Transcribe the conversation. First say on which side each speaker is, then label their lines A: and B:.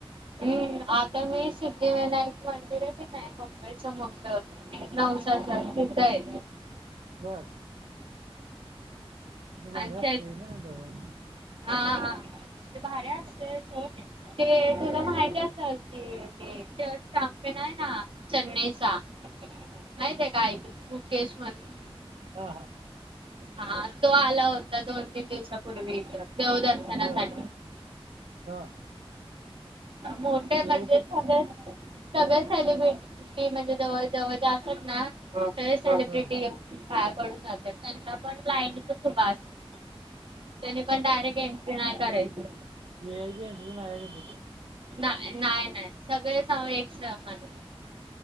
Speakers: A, on the right; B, on the right.
A: हम्म आता मी सिद्धिविनायक मंदिरच नाही मुंबईचं मोठ नऊ सात स येतय
B: बरं त तर भारी
A: आणि त्या
B: असते ना बण
A: हा हा ते भारी्या असत स ते तुला माहिती असल कि ते च ण आहे ना चेन्नईचा माहित आहे काक मुकेश म्हणून
B: ह हा
A: हा तो आला होता दोन तीन दिवसापूर्वी इथ देवदर्शनासाठी
B: बर हा
A: मोठे
B: व्ही
A: म्हणजे
B: आय पी
A: सगळे
B: दर्शन असते
A: सगळ्या
B: ना तुमचं
A: सेलिब्रिटी ी म्हणजे जवळ जवळ असतात ना सगळे सेलिब्रिटी
B: हा
A: एवढ काय पडून जात त्यांना पण लाईनच खूप असत त्यानी पण डायरेक्ट एनटी नाही करायची
B: ह घ इंतट्य ना ह्यागती
A: नाही नाही नाही सगळे स एक स मान